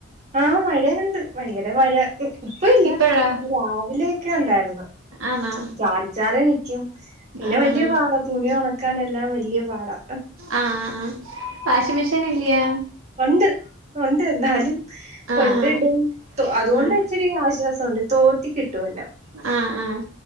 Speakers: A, on the right; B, on the right.
A: ആഹ് മഴയിണ്ട്. ഭയങ്കരമഴ ഇപ്പോ ഇല്ല.
B: ഇപ്പഴോ
A: രാവിലെയൊക്കെ ഒണ്ടായിരുന്നു.
B: ആണോ
A: ചാറിച്ചാറിനിക്കും. പിന്നെ
B: ആഹ്
A: വല്ല്യപാടാ തുണി ഒണക്കാനെല്ലാം വല്ല്യപാടാ.
B: ആഹ് ആഹ്, വാഷിങ് മെഷീനില്ല്യോ?
A: ഒണ്ട് ഒണ്ട്, എന്നാലും
B: ആഹ്
A: കൊണ്ടയിടും.
B: ആഹ്
A: അതുകൊണ്ട്
B: ആഹ്
A: ഇച്ചിരി ആശ്വാ സൊണ്ട്. തോർത്തി കിട്ടുവല്ലോ.
B: ആഹ് ആഹ്,